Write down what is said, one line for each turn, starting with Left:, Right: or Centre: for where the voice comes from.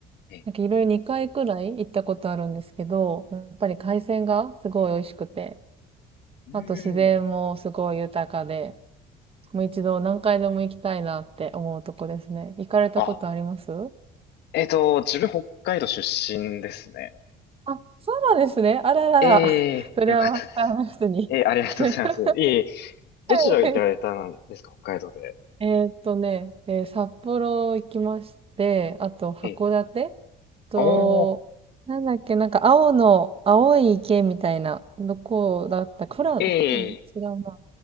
Left: え、
Right: なんかいろいろ2回くらい行ったことあるんですけど、やっぱり海鮮がすごい美味しくて、
Left: うん。
Right: あと自然もすごい豊かで、もう一度何回でも行きたいなって思うとこですね。行かれたことあります
Left: あ、えっと、自分北海道出身ですね。
Right: あ、そうなんですね。あららら。
Left: ええよかったです。
Right: <laughs> それはマスターの人に。
Left: ええ、ありがとうございます。
Right: <laughs>
Left: いえいえ、どちら行かれたんですか北海道で。
Right: はいえーっとね、えー札幌行きまして、あと函館
Left: ええ、
Right: と、
Left: おー、
Right: なんだっけ、なんか青の、青い池みたいな、どこだった富良野、
Left: あー、ええ
Right: 富良野違うな。